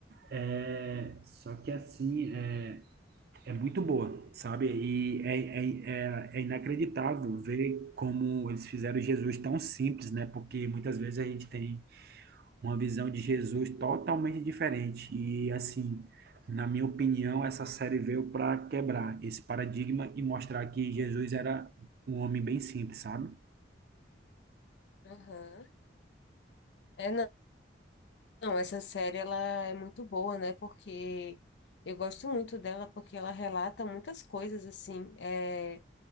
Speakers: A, on the right (about 55°); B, on the left (about 70°).
A: é, só que assim, é, é muito boa, sabe? E é, é, é, é inacreditável ver como eles fizeram Jesus tão simples, né? Porque muitas vezes a gente tem uma visão de Jesus totalmente diferente. E assim, na minha opinião, essa série veio para quebrar esse paradigma e mostrar que Jesus era um homem bem simples, sabe?
B: aham. É, não, não, essa série ela é muito boa, né? Porque eu gosto muito dela porque ela relata muitas coisas assim. É,